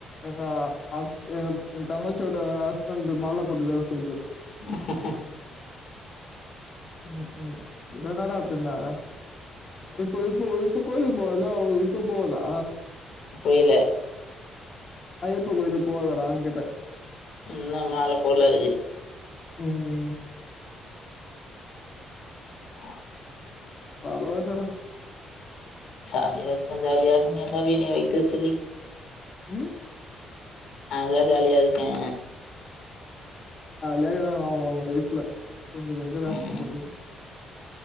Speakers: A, on the left (about 45°); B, on the left (about 70°).
A: எங்க அ அக் என் தங்கச்சியோட ஹஸ்பண்ட்கு மாலப்பொட்ருகான் சொல்லு
B: ஹ ஹ ஹ ஸ்
A: ம் ம் என்னடா பின்னா இப்ப இப்போ இப்ப கோயிலுக்கு போனல இப்ப போதா
B: புரியல
A: ஐ்யப்ப கோவிலுக்கு போகாதடான் கேட்ட
B: ன்ன மால போல இருக்கு
A: ம்
B: <inaudible>
A: வரல போட
B: சாலியாலியா எல்லா இன வைத்து சில்லி
A: ம்
B: அங்க ஜாலியா இருக்கே
A: விக தாங்க அவுங்க அவுங்க லைஃப்ல கொஞ்ச கொஞ்ச வேசத்த
B: ம்
A: போட்டு